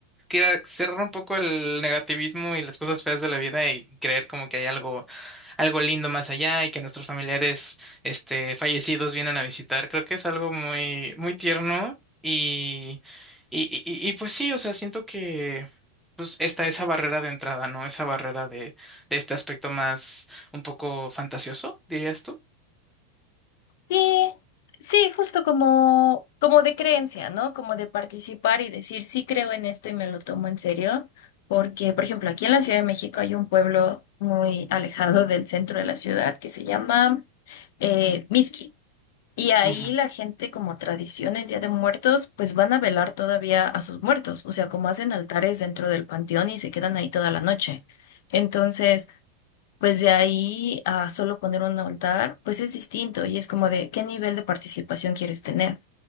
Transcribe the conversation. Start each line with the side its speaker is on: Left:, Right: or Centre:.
Centre: quiera- cerrar un poco el negativismo y las cosas feas de la vida y creer como que hay algo, algo lindo más allá y que nuestros familiares este, fallecidos vienen a visitar. Creo que es algo muy, muy tierno y, y, y, y, pues sí, o sea, siento que pues está esa barrera de entrada, ¿no? Esa barrera de de este aspecto más un poco fantasioso, dirías tú.
Left: Sí, sí, justo como, como de creencia, ¿no? Como de participar y decir, sí creo en esto y me lo tomo en serio, porque, por ejemplo, aquí en la Ciudad de México hay un pueblo muy alejado del centro de la ciudad que se llama eh, Mixqui. Y ahí
Centre: Ujú,
Left: la gente, como tradición en Día de Muertos, pues van a velar todavía a sus muertos, o sea, como hacen altares dentro del panteón y se quedan ahí toda la noche. Entonces, pues de ahí a solo poner un altar, pues es distinto y es como de qué nivel de participación quieres tener.